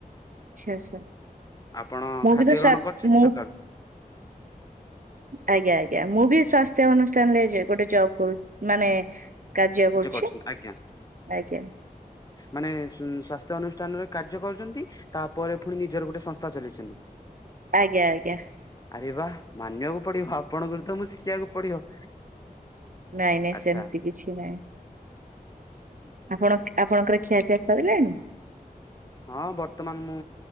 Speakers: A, on the right; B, on the left.
A: ଆଚ୍ଛା।
B: ଆପଣ
A: ମୁଁ
B: ଖାଦ୍ୟ
A: ବି ତ
B: ଗ୍ରହଣ
A: ସ୍ୱା
B: କରିଚନ୍ତି
A: ମୁଁ
B: ସକାଳୁ?
A: ଆଜ୍ଞା ଆଜ୍ଞା ମୁଁ ବି ସ୍ଵାସ୍ଥ୍ୟ ଅନୁଷ୍ଠାନରେ ଗୋଟେ ଜବ୍ କରୁ ମାନେ କାର୍ଯ୍ୟ କରୁଚି,
B: କରୁଛନ୍ତି ଆଜ୍ଞା।
A: ଆଜ୍ଞା।
B: ମାନେ ସ୍ଵାସ୍ଥ୍ୟ ଅନୁଷ୍ଠାନରେ କାର୍ଯ୍ୟ କରୁଚନ୍ତି ତାପରେ ପୁଣି ନିଜର ଗୋଟେ ସଂସ୍ଥା ଚାଲେଇନ୍ତି?
A: ଆଜ୍ଞା ଆଜ୍ଞା।
B: ଆରେ ବା ମାନିବାକୁ ପଡିବ ଆପଣଙ୍କର ତ ମୁଁ ଶିଖିବାକୁ ପଡିବ।
A: ନାଇଁ ନାଇଁ
B: ଆଚ୍ଛା
A: ସେମିତି କିଛି ନାଇଁ। ଆପଣ ଆପଣଙ୍କର ଖିଆପିଆ ସରିଲାଣି?
B: ହଁ ବର୍ତ୍ତମାନ ମୁଁ